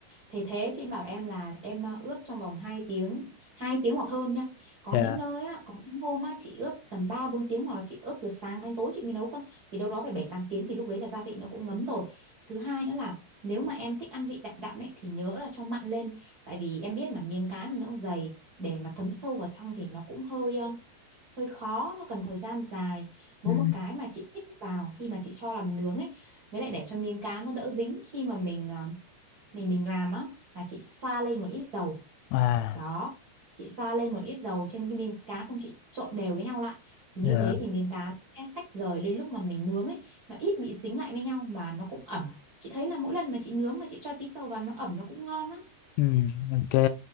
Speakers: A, on the right; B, on the left.
A: Thế thế chị bảo em là em ờ, ướp trong vòng hai tiếng 2 tiếng hoặc hơn nha có
B: dạ
A: những nơi á có những hôm á chị ướp tầm ba bốn tiếng hoặc là chị ướp từ sáng đến tối chị mới nấu cơ. thì đâu đó phải 7 8 tiếng thì lúc đấy là gia vị nó cũng ngấm rồi thứ hai nữa là nếu mà em thích ăn vị đậm đậm ấy thì nhớ là cho mặn lên tại vì em biết mà miếng cá thì nó cũng dày để mà thấm sâu vào trong thì nó cũng hơi ờ, hơi khó nó cần thời gian dài với
B: Ừ.
A: một cái mà chị tích vào khi mà chị cho làm nướng ấy với lại để cho miếng cá nó đỡ dính khi mà mình ờ, mình mình làm á là chị xoa lên một ít dầu
B: à
A: đó chị xoa lên một ít dầu trên cái miếng cá xong chị trộn đều với nhau lại thì
B: dạ
A: như thế thì miếng cá nó sẽ tách rời lên lúc mà mình nướng ấy nó ít bị dính lại với nhau mà nó cũng ẩm chị thấy là mỗi lần mà chị nướng mà chị cho tí dầu vào nó ẩm nó cũng ngon á
B: Ừ, ok